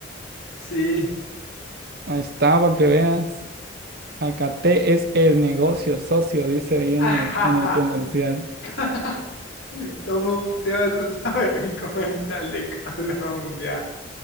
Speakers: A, on the left (about 70°); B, on the right (about 55°).
A: Sí.
B: Ahí está, para que veas. AKT es el negocio socio, dice ahí
A: Ajaja.
B: en el, en el comercial.
A: <laughs> ¿Cómo te vas a saber un comercial de Colombia?